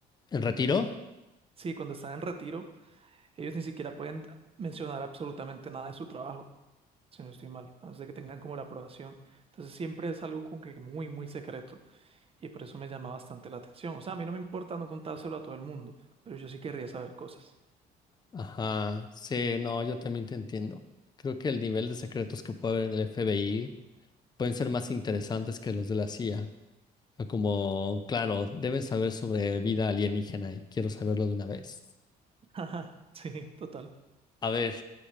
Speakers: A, on the left (about 25°); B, on the right (about 35°).
A: ¿En retiro?
B: Sí, cuando están en retiro, ellos ni siquiera pueden mencionar absolutamente nada de su trabajo, si no estoy mal, a menos de que tengan como la aprobación. Entonces siempre es algo como que muy, muy secreto y por eso me llama bastante la atención. O sea, a mí no me importa no contárselo a todo el mundo, pero yo sí querría saber cosas.
A: Ajá, sí, no, yo también te entiendo. Creo que el nivel de secretos que puede haber en el FBI pueden ser más interesantes que los de la CIA. O Como, claro, deben saber sobre vida alienígena y quiero saberlo de una vez.
B: <laughs> Ajá, sí, total.
A: A ver,